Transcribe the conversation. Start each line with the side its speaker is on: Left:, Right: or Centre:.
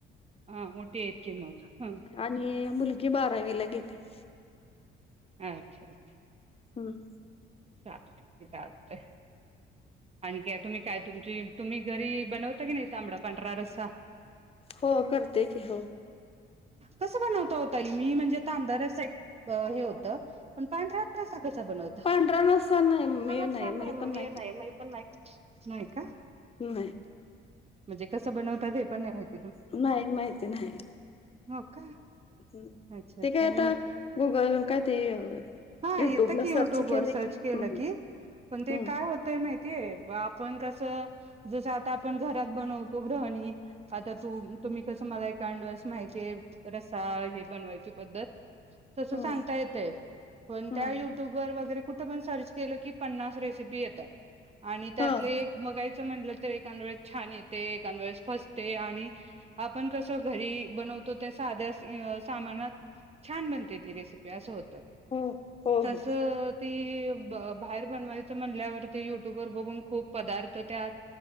Right: हा मोठी आहेत की मग ह
Left: आणि मुलगी बारावीला गेली. <inaudible>
Right: अच्छा अच्छा.
Left: हम्
Right: चालतंय. चालतंय आणिखी तुम्ही काय तुमची तुम्ही घरी बनवता की नाही तांबडा पांढरा रस्सा?
Left: हो करते की हो.
Right: कस बनवता हो ताई मी म्हणजे तांबडा रसा हे होत पण पांढरा <unintelligible> कसा बनवता
Left: पांढरा रस्सा नाही मी
Right: नाही मी
Left: पण करत
Right: नाही मी पण नाही. नाही का?
Left: नाही
Right: म्हणजे कसं बनवतात हे पण नाही माहित?
Left: नाही माहित माहिती नाही.
Right: हो का.
Left: ह्
Right: अच्छा
Left: ते
Right: अच्छा
Left: काय आता
Right: हे
Left: गुगल काय ते
Right: हा
Left: युट्यूबला
Right: येतं की युट्यूब
Left: सर्च
Right: वर
Left: केलं
Right: सर्च
Left: की
Right: केलं
Left: हम्म
Right: की पण काय होतय ते आपण कसं जसं आता आपण घरात बनवतो ग्रहणी आता तु तुम्ही कसं मला एकांडस माहिती. ते रसा हे बनवायची पद्धत- तस
Left: हम्म
Right: सांगता येतय, पण
Left: हम्म
Right: त्या युट्यूब वर वगैरे कुठ- पण सर्च केलं की पन्नास रे- ते बी येत्यात आनी त्यातल
Left: हा
Right: एक बघाय - त म्हणलं, तर एखांद वेळेस छान येतए, एखांद वेळेस फसतय आणि आपण कस घरी बनव - तो त्या साध्या सामानात छान बनते ती रेसिपी अस होत- त
Left: हो हो
Right: तसं
Left: हो
Right: -ती- बाहेर बनवायच म्हणल्यावरती युट्यूबर बघून खूप पदार्थ त्यात-